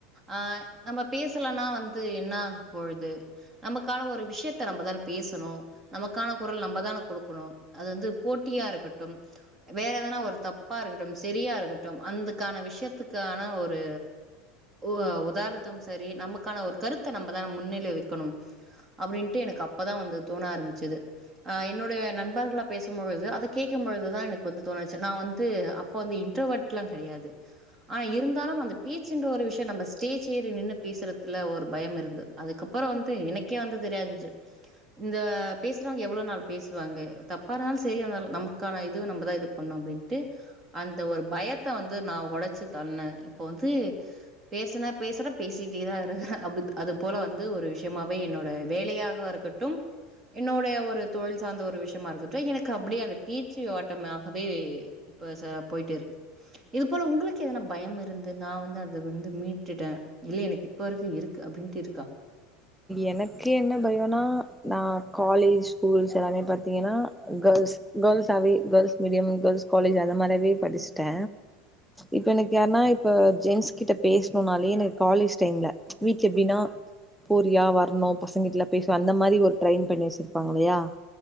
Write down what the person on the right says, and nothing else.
அ நம்ம பேசலனா வந்து என்ன அ பொழுது நமக்கான ஒரு விஷ்யத்த நம்மதான பேசணு நமக்கான குரல் நம்மதான குடுக்குணு அது வந்து போட்டியா இருக்கட்டு வேற எதா நா ஒரு தப்பா இருக்கட்டும் செரியா இருக்கட்டு அந்துக்கான விஷ்யத்துக்கான ஒரு ஊவ உதார்ணத்தும் சரி நம்முக்கான ஒரு கருத்த நம்ப தா முன்னிலை வைக்கணும் அப்டின்ட்டு எனக்கு அப்பதா வந்து தோண ஆரமிச்சுது அ என்னுடைய நண்பர்குளா பேசுமொழுது அத கேக்குமொழுதுதா எனக்கு வந்து தோண நா வந்து அப்ப வந்து இன்ட்ரோவட்லா கெடயாது ஆனா இருந்தாலு அந்த பேச்சுன்ற ஒரு விஷ்யோ நம்ப ஸ்டேஜ் ஏறி நின்னு பேசுறதுல்ல ஒரு பயம் இருந்து அதுக்கப்புறோ வந்து எனக்கே வந்து தெரியான்ஞ்சு இந்த பேசுறவ்ங்க எவுளோ நாள் பேசுவாங்கே தப்பானாலு செரியா வரு நமுக்கான இதுவ நம்பதா இது பண்ணு அப்டின்ட்டு அந்த ஒரு பயத்த வந்து நா ஒடைச்சு தள்ன இப்போ வந்து பேசுன பேசுற பேசிட்டே தா இருக்க அபுத் அத போல வந்து ஒரு விஷ்யமாவே என்னோ வேலையாக இருக்கட்டு என்னுடைய ஒரு தொழில் சார்ந்த ஒரு விஷ்யமா இருக்கட்டு எனக்கு அப்டியே அந்த பேச்சு ஓட்டம அபே இப்ப ச போய்ட்டு இருக்கு இது போல உங்ளுக்கு எதனா பயம் இருந்து நா வந்து அத வந்து மீட்டுட்ட இல்ல எனக்கு இப்ப வரைக்கு இருக்கு அப்டின்ட் இருக்கா